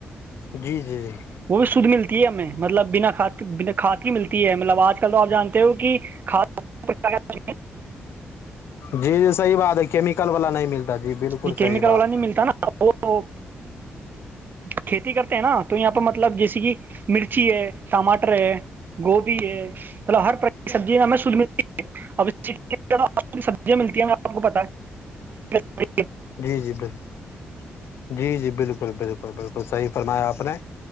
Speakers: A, on the left; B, on the right.
A: جی جی جی
B: وہ بھی شدھ ملتی ہے ہمیں مطلب بنا بنا کھاد کی ملتی ہے مطلب آج کل تو آپ جانتے ہو کہ کاد
A: جی جی صحیح بات ہے کیمیکل والا نہیں ملتا جی بالکل
B: جی
A: صحیح
B: کیمیکل
A: بات
B: والا نہیں ملتا نا وہ کھیتی کرتے ہیں نا تو یہاں پہ مطلب جیسیے کہ مرچی ہے ٹماٹر ہے گوبھی ہے مطلب ہر طرح کی سبزی ہمیں شھ ملتی ہے اب آ سبزیا ملتی ہیں آپ کو پتا جی
A: جی جی بالکل جی جی بالکل بالکل ب بالکل صحیح فرمایا آپ نے